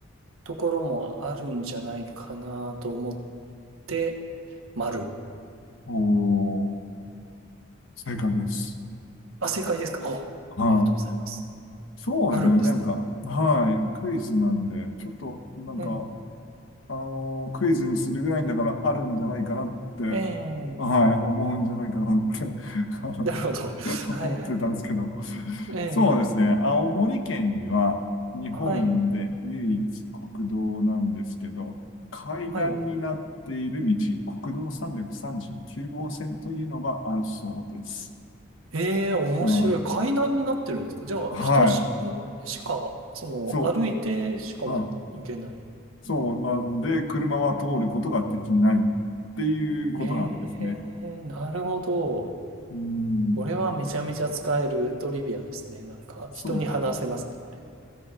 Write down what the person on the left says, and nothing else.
おー、正解です。
はい。
そうですね。
なんか、はい。クイズなんで、ちょっと、なんか、
あの、クイズにするぐらいんだからあるんじゃないかなって、
はい、思うんじゃないかなって <laughs> あの
思ってたんですけど。
そうですね。青森県には日本で唯一国道なんですけど、
階段になっている道、
国道339号線というのがあるそうです。
うん、
は
い。そ
う、はい。そうなんで、車は通ることができないっていうことなんですね。
うん。
そうなんです。